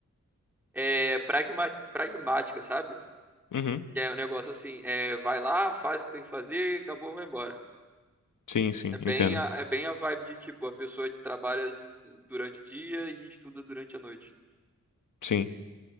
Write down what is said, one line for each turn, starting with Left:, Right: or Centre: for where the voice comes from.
Centre: é, pragma, pragmáticas, sabe?
Left: Uhum.
Centre: Que é um negócio assim, é, vai lá, faz o que tem que fazer, acabou, vai embora.
Left: Sim, sim,
Centre: É bem
Left: eu entendo.
Centre: a, é bem a vibe de tipo, a pessoa que trabalha durante o dia e estuda durante a noite.
Left: Sim.